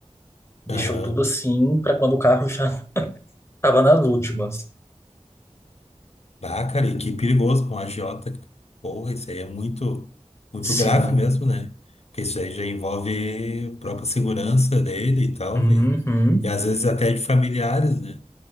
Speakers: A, on the left; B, on the left.
A: Deixou
B: Aham.
A: tudo assim para quando o carro já <laughs> estava nas últimas.
B: Ah, cara, e que perigoso com a agiota. cara. Porra, isso aí é muito, muito
A: Sim.
B: grave mesmo, né? Porque isso aí já envolve a própria segurança dele e tal.
A: Uhum.
B: E, e às vezes até de familiares, né?